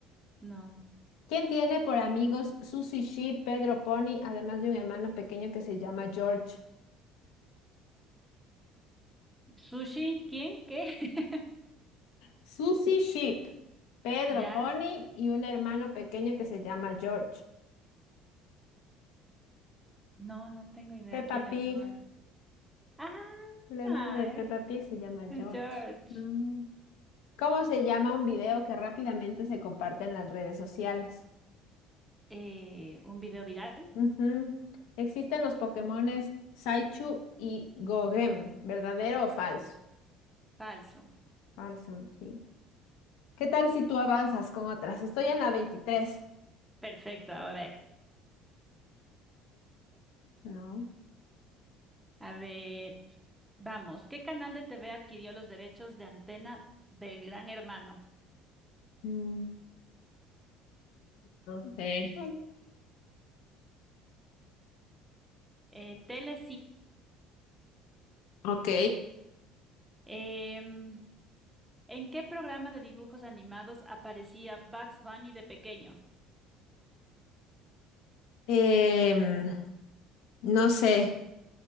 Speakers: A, in the centre; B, on the left.
A: No.
B: ¿Quién tiene por amigos Susie Sheep, Pedro Pony, además de un hermano pequeño que se llama George?
A: ¿Sushi? ¿Quién? ¿Qué? <laughs>
B: Susie Sheep, Pedro
A: ¿Ya?
B: Pony y un hermano pequeño que se llama George.
A: No, no tengo idea
B: Peppa
A: quiénes
B: Pig,
A: son. Ah,
B: el hermano de Peppa
A: es
B: Pig se llama
A: es
B: George.
A: George.
B: Mm. ¿Cómo se llama un video que rápidamente se comparte en las redes sociales?
A: Eh, ¿un video viral?
B: Ujú. Existen los Pokémones Saichu y Gogem, ¿verdadero o falso?
A: Falso.
B: Falso, sí. ¿Qué tal si tú avanzas con otras? Estoy en la veintitrés
A: Perfecto, a ver,
B: No.
A: a ver, vamos. ¿Qué canal de TV adquirió los derechos de antena del Gran Hermano?
B: Mm, No sé.
A: Eh, tele
B: Ok.
A: Em, ¿en qué programa de dibujos animados aparecía Bugs Bunny de pequeño?
B: Em, no sé.